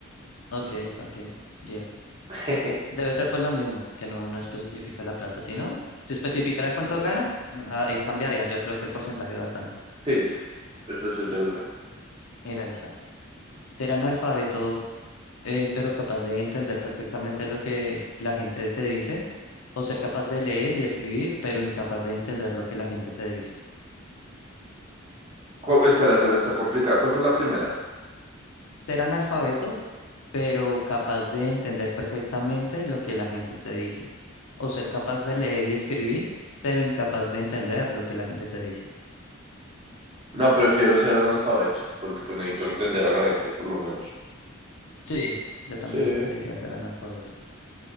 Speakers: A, on the left; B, on the right.
A: Ok, ok, bien.
B: <laughs>
A: Debe ser por lo mismo, que no, no especifica la plata. Si no, si especificara cuánto gana, Ah, ahí cambiaría. Yo creo que el porcentaje bastante.
B: Sí, eso sí es verdad.
A: Mira esta. Ser analfabeto, eh, pero capaz de entender perfectamente lo que la gente te dice. O ser capaz de leer y escribir, pero incapaz de entender lo que la gente te dice.
B: Co- espera, espera, está complicado. ¿Cuál fue la primera?
A: Ser analfabeto, pero capaz de entender perfectamente lo que la gente te dice. O ser capaz de leer y escribir, pero incapaz de entender lo que la gente te dice.
B: No, prefiero ser analfabeto, porque pues necesito entender a la gente, por lo menos.
A: Sí, yo también
B: Sí.
A: preferiría ser analfabeto.